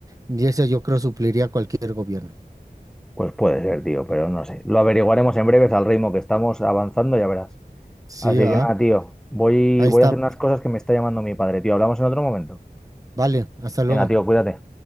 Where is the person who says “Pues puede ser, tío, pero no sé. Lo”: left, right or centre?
Centre